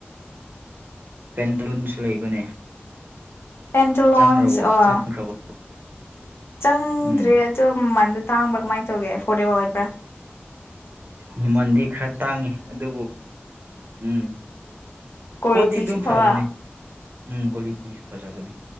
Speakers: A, on the right; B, on the left.
A: ꯄꯦꯟꯟꯁꯨ ꯂꯩꯕꯅꯦ
B: ꯄꯦꯟꯇ ꯂꯣꯟꯁ
A: ꯆꯪꯈ꯭ꯔꯕꯣ ꯆꯪꯈ꯭ꯔꯕꯣ
B: ꯑ ꯆꯪꯗ꯭ꯔꯦ
A: ꯎꯝ
B: ꯑꯗꯣ ꯃꯃꯟꯗꯣ ꯇꯥꯡꯕ ꯀꯃꯥꯏꯅ ꯇꯧꯒꯦꯕ ꯕ ꯑꯩꯕ
A: ꯃꯃꯟꯗꯤ ꯈꯔ ꯇꯥꯡꯉꯤ ꯑꯗꯨꯕꯨ ꯎꯝ
B: ꯀꯁꯤꯁꯤ
A: ꯄꯣꯠꯇꯤ ꯑꯗꯨꯝ
B: ꯈꯕꯕꯥ
A: ꯐꯕꯅꯦ ꯎꯝ ꯀꯣ ꯊ ꯐꯖꯕꯅꯤ